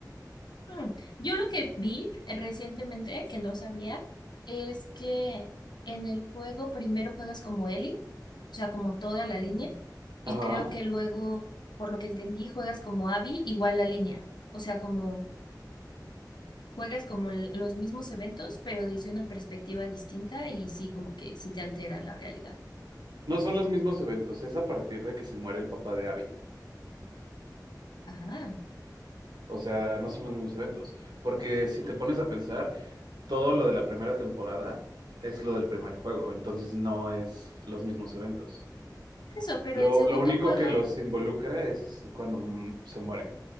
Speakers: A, on the left (about 80°); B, on the right (about 75°).
A: Mm. Yo lo que vi recientemente, que no sabía, es que en el juego primero juegas como Ellie, o sea, como toda la línea, y
B: Ajá.
A: creo que luego, por lo que entendí, juegas como Abby, igual la línea. O sea, como Juegas como l- los mismos eventos, pero desde una perspectiva distinta y sí, como que sí te altera la realidad.
B: No son los mismos eventos, es a partir de que se muere el papá de Abby.
A: Ajá.
B: O sea, no son los mismos eventos. Porque si te pones a pensar, todo lo de la primera temporada es lo del primer juego, entonces no es los mismos eventos.
A: Por eso, pero
B: Lo,
A: el segundo
B: lo único
A: juego,
B: que los involucra es cuando mm, se muere